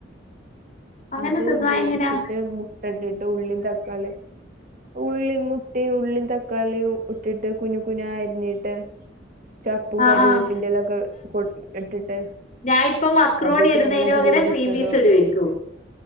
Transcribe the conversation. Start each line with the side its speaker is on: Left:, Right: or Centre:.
Left: അങ്ങനെ
Right: അത്,
Left: തിന്നോ
Right: വേവിച്ചിട്ട്,
Left: അതെങ്ങനാ
Right: മുട്ടട്ടിട്ട്, ഉള്ളീം തക്കാളിം ഉള്ളി, മുട്ടയും, ഉള്ളും തക്കാളിയും, ഇട്ടിട്ട് കുന്കുനാരിഞ്ഞിട്ട്. ചപ്പും,
Left: ആഹ്
Right: കരിവേപ്പിന്റെലക്കെ,
Left: ആഹ്
Right: കൊ ഇട്ടിട്ട്.
Left: ഞായിപ്പം മക്രോണി
Right: അതിക്ക്
Left: ഇടുന്നയ്ന്
Right: നമ്മളെ
Left: പകരം
Right: ഗ്രീൻ
Left: ക്രീം പീസ്
Right: ഇടും
Left: ഇടവാരിക്കൂ.